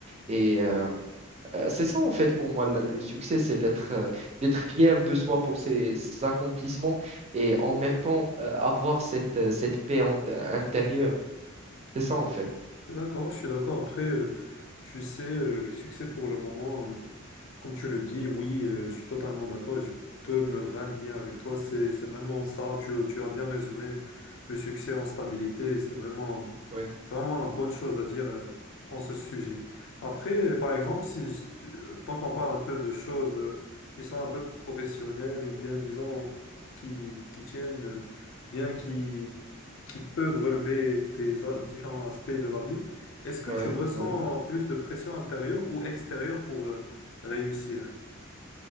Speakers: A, on the right (about 30°); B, on the left (about 65°).
A: Et euh, euh, c'est ça en fait pour moi le, le succès, c'est d'être euh, d'être fier de soi pour ses, ses accomplissements et en même temps euh, avoir cette, euh, cette paix en- intérieure. C'est ça en fait.
B: Je suis d'accord, je suis d'accord. Après, euh, tu sais, euh, le succès pour le moment. euh, Comme tu le dis, oui, euh, je suis totalement d'accord et je peux me raligner avec toi. C'est, c'est vraiment ça. Tu, tu as bien résumé le succès en stabilité. et C'est vraiment,
A: Oui,
B: c'est vraiment la bonne chose à dire euh, en ce sujet. Après, euh, par exemple, si je- tu- euh, tant qu'on parle un peu de choses euh, qui sont un peu professionnelles ou bien, disons, qui, qui tiennent, euh, bien qui, qui peuvent relever des a- différents aspects de la vie, est-ce que
A: oui,
B: tu ressens
A: oui.
B: plus de pression intérieure ou extérieure pour euh, Réussir.